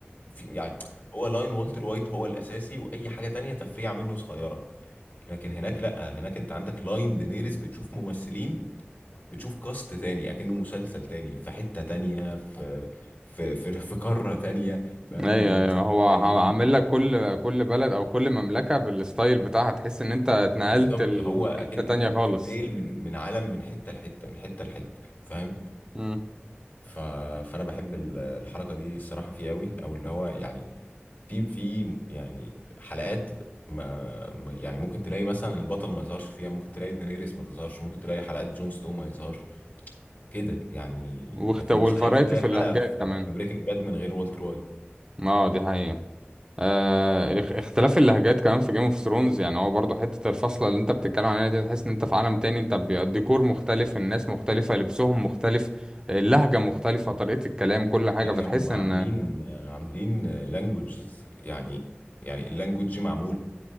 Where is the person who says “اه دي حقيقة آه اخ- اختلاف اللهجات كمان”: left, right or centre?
Right